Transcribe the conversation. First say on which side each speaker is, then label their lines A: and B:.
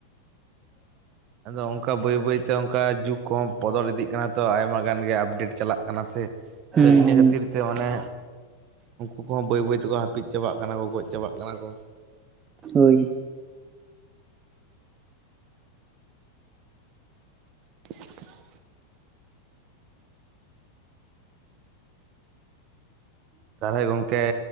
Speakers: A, on the right (about 40°); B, on the right (about 25°).
A: ᱟᱫᱚ ᱝᱠᱟ ᱵᱟᱹᱭ ᱵᱟᱹᱭᱛᱮ ᱝᱠᱟ ᱡᱩᱜᱽ ᱠᱚᱦᱚᱸ ᱵᱚᱫᱚᱞ ᱤᱫᱤᱜ ᱠᱟᱱᱟ ᱛᱚ ᱟᱭᱢᱟ ᱜᱟᱱ ᱜᱮ ᱟᱯᱰᱮᱴ ᱪᱟᱞᱟᱜ ᱠᱟᱱᱟ ᱥᱮ ᱾
B: ᱦᱩᱸ
A: ᱫᱚ ᱤᱱᱟᱹ
B: ᱦᱩᱸ
A: ᱠᱷᱟᱹᱛᱤᱨ ᱛᱮ ᱚᱱᱮ ᱩᱱᱠᱩ ᱠᱚᱦᱚᱸ ᱵᱟᱹᱭ ᱵᱟᱹᱭ ᱛᱮᱠᱚ ᱦᱟ ᱯᱤᱫ ᱪᱟᱵᱟᱜ ᱠᱟᱱᱟ ᱠᱚ ᱜᱚᱡ ᱪᱟᱵᱟᱜ ᱠᱟᱱᱟ ᱠᱚ᱾
B: ᱦᱳᱭ ᱾
A: <unintelligible> ᱛᱟᱦᱚᱞᱮ ᱜᱚᱢᱠᱮ